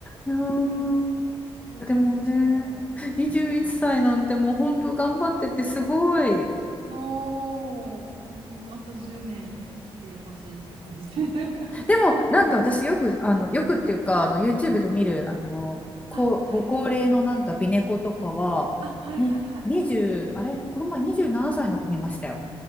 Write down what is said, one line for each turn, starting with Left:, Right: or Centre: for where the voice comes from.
Left: いやー
Right: 本当に。全然違
Left: でもね、
Right: う。うん
Left: 21歳なんてもう本当頑張っててすごい。
Right: そう、そう、ほんと、あと10年生きてほしいって感じ。<laughs>
Left: でもなんか私よく、あの、よくっていうか、あの、YouTube で見る、あの、こう、
Right: あ、はいはいはい。
Left: ご高齢のなんか美猫とかは、
Right: あ、はいはいはい。
Left: に、20、あれこの前27歳の子見ましたよ。